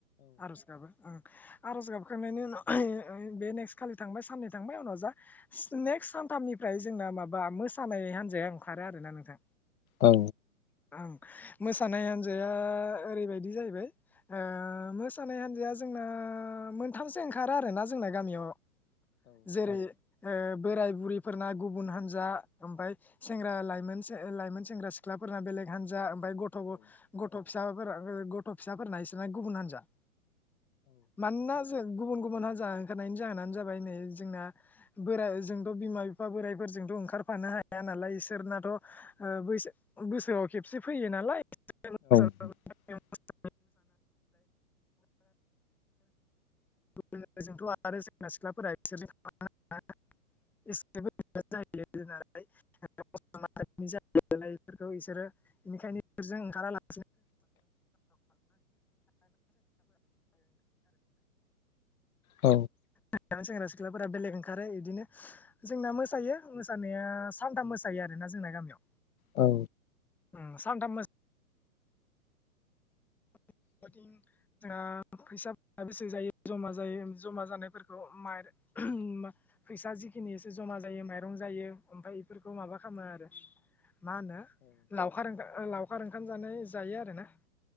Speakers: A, in the centre; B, on the left (about 65°).
A: आर'ज गाबो उम आर'ज गाबखांनायनि उनाव बे नेक्स्ट खालि थांबाय साननै थांबाय उनाव जा नेक्स नेक्स्ट सानथामनिफ्राय जोंना माबा मोसानाय हान्जाया ओंखारो आरोना नोंथां
B: औ
A: ओं मोसानाय हान्जाया ओरैबायदि जाहैबाय ओ मोसानाय हान्जाया जोंना मोनथामसो ओंखारो आरोना जोंना गामियाव जेरै ओ बोराय बुरैफोरना गुबुन हान्जा ओमफ्राय सेंग्राइ लाइमोन से लाइमोन सेंग्रा सिख्ला बेलेग हानजा उमफाय गथ' गथ' फिसा गथ' फिसाफोर नायसोरा गुबुन हान्जा मानोना गुबुन गुबुन हानजा ओंखारनायनि जाहोनानो जाबाय नै जोंना बोर जोंथ' बिमा बिफा बोरायफोर जोंथ' ओंखारफानो हाया नालाय इसोरनाथ 'ओ बोस-बोसोराव खेबसे फैयो नालाय <inaudible>
B: <inaudible>
A: <unintelligible> गुब जोंथ' आरो सेंना सिख्लाफोरा बिसोर था <unintelligible> <unintelligible> बेनिखायनोजों ओंखाराला <unintelligible> <unintelligible>
B: औ
A: सेंग्रा सिख्ला सिख्लाफोरा बेलेग ओंखारो इदिनो जोंना मोसायो मोसानाया सानथाम मोसायो आरोना जोंना गामियाव।
B: औ।
A: ओम सानथाममो <unintelligible> जोंहा फैसाफोरा बेसे जायो जमा जायो जमा जानायफोर खौ <unintelligible> फैसा जिखिनि एसे जमा जायो माइरं जायो ओमफ्राय बेफोरखौ माबा खा मो आरो। मा होनो लावखार ओंखा लावखार ओंखाम जानाय जायो आरो ना।